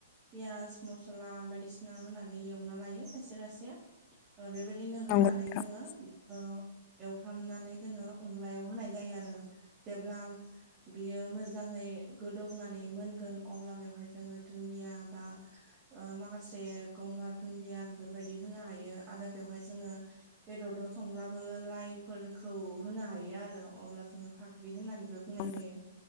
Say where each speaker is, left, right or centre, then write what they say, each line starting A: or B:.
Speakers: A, on the right; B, on the left.
A: पियास मसला बायदिसिना होनानै एवना लायो खायसे खायसेया ओ बेबायदिनो होनानै
B: नंगौ नोंथां
A: जोङो ओ एवफ्रामनानै जोङो अनलायाव होनाय जायो आरो जेब्ला बियो मोजाङै गोदौनानै मोनगोन अब्ला बेवहाय जोङो दुन्दिया बा ओ माखासे गंगार दुन्दिया बेफोरबायदि होनो हायो आरो बेवहाय जोङो बेदरजों संब्लाबो लाइफोरखौ होनो हायो आरो अब्ला जोङो फा ओंख्रि होननानैबो बुंनाय
B: औ
A: जायो